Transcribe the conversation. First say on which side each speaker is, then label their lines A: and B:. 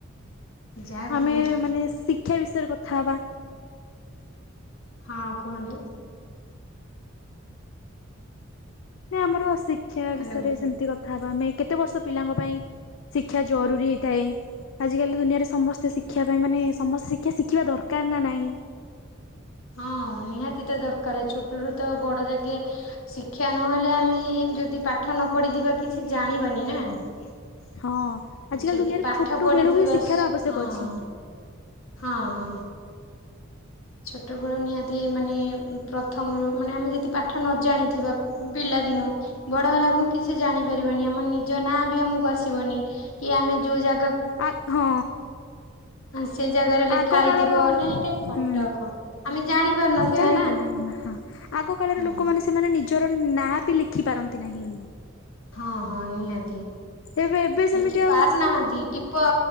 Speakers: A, on the left (about 80°); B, on the left (about 65°).
A: ଯାହା
B: ଆମେ
A: କୁହନ୍ତୁ।
B: ମାନେ ଶିକ୍ଷା ବିଷୟରେ କଥା ହବା।
A: ହଁ କୁହନ୍ତୁ।
B: ନା ଆମର ଶିକ୍ଷା
A: ହ୍ୟାଲୋ
B: ବିଷୟରେ ସେମିତି କଥା ହବା ଆମେ କେତେ ବର୍ଷ ପିଲାଙ୍କ ପାଇଁ। ଶିକ୍ଷା ଜରୁରୀ ହେଇଥାଏ। ଆଜ କାଲି ଦୁନିଆରେ ସମସ୍ତେ ଶିକ୍ଷା ପାଇଁ ମାନେ ସମସ୍ତେ ଶିକ୍ଷା ଶିଖିବା ଦରକାର ନା ନାହିଁ।
A: ହଁ ନିହାତି ତ ଦର କାରେ ଛୋଟରୁ ତ ବଡ଼ ଯାକେ ଶିକ୍ଷା ନହେଲେ ଆମେ ଯଦି ପାଠ ନ ପଢିଥିବା କିଛି ଜାଣିବନି ନା। ଆ
B: ହଁ ଆଜିକାଲି
A: ଯଦି
B: ଦୁନିଆରେ
A: ପାଠ
B: ଛୋଟ
A: ପଢିଥିବା
B: ବେଳୁ ହିଁ ଶିକ୍ଷାର
A: ସ
B: ଆବଶ୍ୟକ
A: ହଁ।
B: ଅଛି।
A: ହଁ ହଁ। ଛୋଟବେଳୁ ନିହାତି ମାନେ ପ୍ରଥମ ରୁ ମାନେ ଆମେ ଯଦି ପା ଠ ନ ଜାଣିଥିବା ପିଲାଦିନୁ ବଡ ହେଲା କୁ କି ସେ ଜାଣିପାରିବାନି ଆମ ନିଜ ନାଁ ବି ଆମକୁ ଆସିବନି କି ଆମେ ଯୋଉ ଯା
B: ଆ ହଁ
A: ସେ ଜାଗାରେ ଲେଖା
B: ଆଗ
A: ହେଇଥିବ
B: କାଳର
A: ନା ଏଇଟା କଟକ
B: ହୁଁ
A: ଆମେ ଜାଣି ପାରୁନଥିବା
B: ଜାଣିପାରିବ ନା ହଁ ଆଗ କାଳରେ
A: ହୁଁ
B: ଲୋକମାନେ ସେମାନେ ନି ଜର ନାଁ ବି ଲେଖି ପାରନ୍ତି ନାହିଁ।
A: ହଁ ହଁ ନିହାତି
B: ଏବେ ଏବେ ସେମିତି
A: ଲେଖି
B: ଆଉ
A: ପାରୁନାହାନ୍ତି ଟିପ